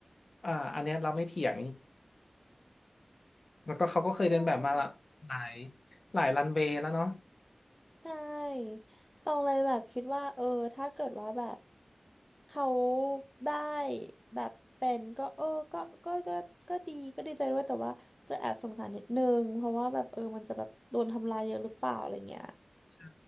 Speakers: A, on the left (about 65°); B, in the centre.
A: อ่าอันเนี้ยเราไม่เถียงแล้วก็เขาก็เคยเดินแบบมาละหลาย
B: ใช่
A: หลายรันเวย์แล้วเนาะ
B: ใช่ตองเลยแบบคิดว่าเออถ้าเกิดว่าแบบเขาได้แบบเป็นก็เออก็ก็ก็ก็ดีก็ดีใจด้วยแต่ว่าจะแอบสงสารนิดนึงเพราะว่าแบบเออมันจะแบบโดนทำลายเยอะหรือเปล่าอะไรเงี้ย
A: ใช่